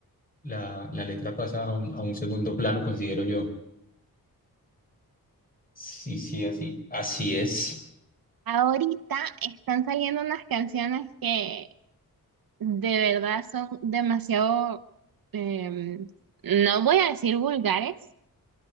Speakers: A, on the left (about 25°); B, on the right (about 70°).
A: la, la letra pasa a un, a un segundo plano, considero yo. Sí, sí, así. Así es.
B: Ahorita están saliendo unas canciones que de verdad son demasiado, em, no voy a decir vulgares,